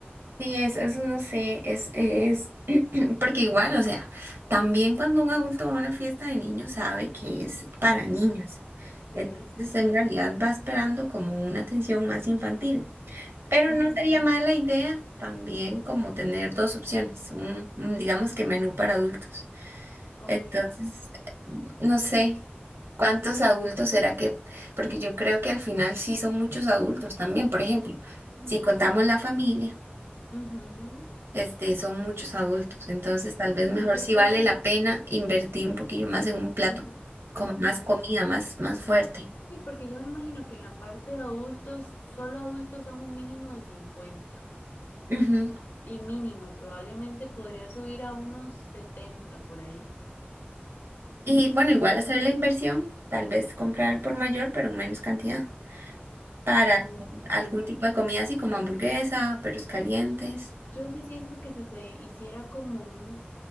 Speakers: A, on the right; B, on the left.
A: Sí, es, eso no sé, es, es, <clears throat> porque igual, o sea, también cuando un adulto va a una fiesta de niños sabe que es para niños.
B: De
A: Entonces,
B: hecho,
A: en realidad va esperando como una atención más infantil. Pero
B: Ujú.
A: no sería mala idea también como tener dos opciones, un, un, digamos que menú para adultos.
B: ok.
A: Entonces, no sé cuántos adultos será que, porque yo creo que al final sí son muchos adultos también. Por ejemplo,
B: Sí,
A: si contamos la familia,
B: ujú.
A: este, son muchos adultos. Entonces, tal vez
B: Sí,
A: mejor
B: yo
A: si
B: creo
A: vale
B: que,
A: la pena invertir un poquillo más en un plato
B: en-
A: con
B: ok,
A: más comida, más, más fuerte.
B: Sí, porque yo me imagino que en la parte de adultos, solo adultos son un mínimo de 50
A: Ujú.
B: y mínimo, probablemente podría subir a unos 70 por ahí.
A: Y bueno, igual
B: Porque
A: hacer la inversión, tal vez comprar al por mayor, pero en menos cantidad, para
B: Ajá,
A: algún
B: también.
A: tipo de comida así como hamburguesa, perros calientes.
B: Yo sí siento que si se hiciera como un,